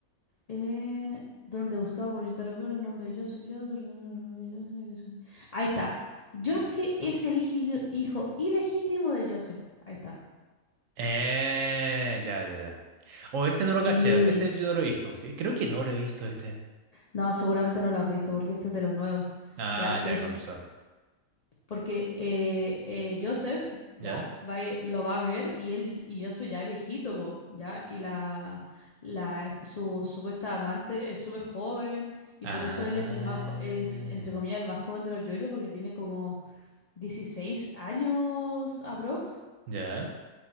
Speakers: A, on the left; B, on the right.
A: Eh, donde buscado por yo te recuerdo el nombre de yo soy yo. de- de- de- de- yo soy- que soy- Ahí está. Yosuke es el hiji- hijo ilegítimo de Joseph. Ahí está.
B: Eh, ya, ya, ya. O este no lo
A: Sí.
B: caché, este yo no lo he visto, ¿sí? Creo que no lo he visto este.
A: No, seguramente no lo has visto porque este es de los nuevos.
B: Ah,
A: Ya, pero
B: ya,
A: s-
B: con razón.
A: Porque eh, eh, Joseph ya
B: ¿Ya?
A: va, a ir- lo va a ver y él y Joseph ya es viejito, po, ya, y la, la su supuesta amante es súper joven y
B: Ah,
A: por eso él es el más jo- es entre comillas el más joven de los yoyos porque tiene como 16 años aprox,
B: ya.